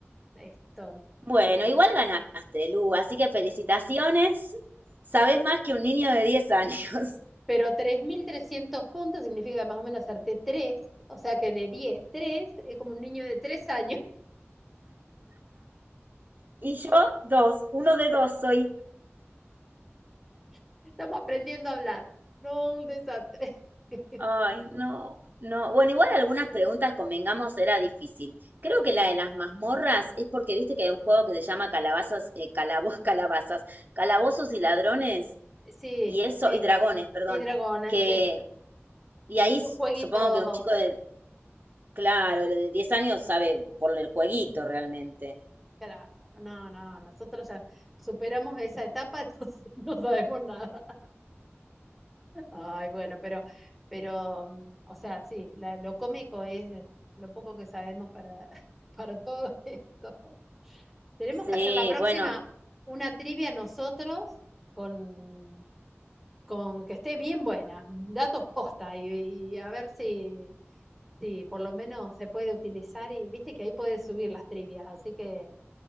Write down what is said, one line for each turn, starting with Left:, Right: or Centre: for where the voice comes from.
Centre: esto.
Right: Bueno, igual ganaste, Lu, así que felicitaciones. Sabés más que un niño de 10 años. <laughs>
Centre: Pero 3.300 puntos significa que más o menos acerté tres o sea que de 10 3 es como un niño de tres años.
Right: Y yo, dos, uno de dos soy.
Centre: <laughs> Estamos aprendiendo a hablar, no un desastre. <laughs>
Right: Ay, no, no. Bueno, igual algunas preguntas, convengamos, era difícil. Creo que la de las mazmorras es porque viste que hay un juego que se llama calabazas, eh, calabo- <laughs> calabazas, calabozos y ladrones,
Centre: Sí,
Right: y eso,
Centre: sí,
Right: y dragones, perdón,
Centre: y dragones,
Right: que,
Centre: sí,
Right: y ahí
Centre: que es
Right: s-
Centre: un jueguito.
Right: supongo que un chico de, claro, de 10 años sabe por el jueguito realmente.
Centre: Claro, no, no, nosotros ya superamos esa etapa, <laughs> entonces no sabemos nada. Ay, bueno, pero, pero, mm, o sea, sí, la- lo cómico es lo poco que sabemos para, <laughs> para todo esto. Tenemos
Right: Sí,
Centre: que hacer la próxima
Right: bueno,
Centre: una trivia nosotros con, con que esté bien buena, datos posta y, y a ver si, si por lo menos se puede utilizar y viste que ahí puedes subir las trivias, así que